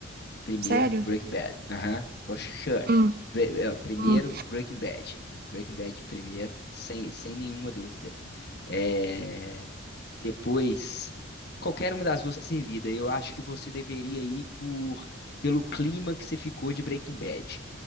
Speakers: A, on the left (about 50°); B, on the right (about 45°).
A: Primeiro,
B: Sério?
A: Breaking Bad. Aham, for sure.
B: Hum,
A: Pre- é, Primeiro,
B: hum.
A: Breaking Bad. Breaking Bad primeiro, sem, sem nenhuma dúvida. É, Depois, qualquer uma das duas tá servida. Eu acho que você deveria ir por pelo clima que você ficou de Breaking Bad.